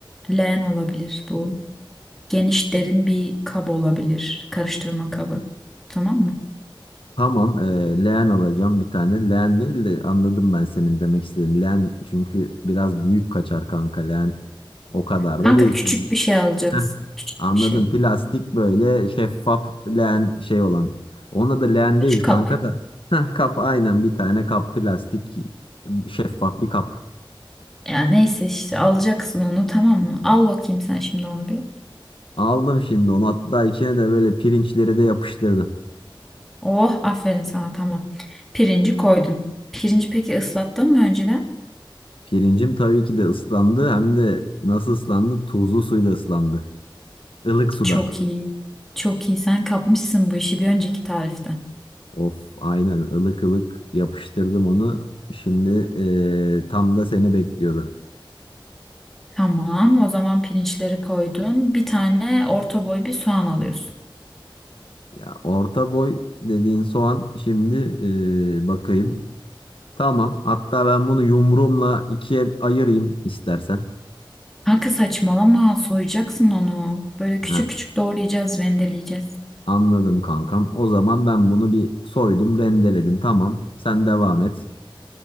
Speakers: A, in the centre; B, on the left (about 90°).
A: Leğen olabilir bu. Geniş derin bir kap olabilir. Karıştırma kabı. Tamam mı?
B: Tamam, eee leğen alacağım bir tane. Leğen değil de anladım ben senin demek istediğin. Leğen çünkü biraz büyük kaçar kanka leğen. O kadar
A: Kanka
B: da değil.
A: küçük bir şey alacaksın.
B: Heh,
A: Küçük
B: anladım.
A: bir şey.
B: Plastik böyle şeffaf leğen şey olan. Ona da leğen
A: Küçük
B: değil kanka
A: kap.
B: da. Heh, kap aynen bir tane kap plastik şeffaf bir kap.
A: Ya neyse işte alacaksın onu tamam mı? Al bakayım sen şimdi onu bir.
B: Aldım şimdi onu hatta içine de böyle pirinçleri de yapıştırdım.
A: Oh aferin sana tamam. Pirinci koydun. Pirinci peki ıslattın mı önceden?
B: Pirincim tabii ki de ıslandı hem de nasıl ıslandı? Tuzlu suyla ıslandı. Ilık suda.
A: Çok iyi. Çok iyi sen kapmışsın bu işi bir önceki tariften.
B: Of aynen ılık ılık yapıştırdım onu. Şimdi eee, tam da seni bekliyordu.
A: Tamam. O zaman pirinçleri koydun. Bir tane orta boy bir soğan alıyorsun.
B: Ya orta boy dediğin soğan şimdi eee, bakayım. Tamam. Hatta ben bunu yumruğumla ikiye ayırayım istersen.
A: Kanka saçmalama. Soyacaksın onu. Böyle küçük
B: Ha,
A: küçük doğrayacağız, rendeleyeceğiz.
B: anladım kankam. O zaman ben bunu bir soydum, rendeledim. Tamam. Sen devam et.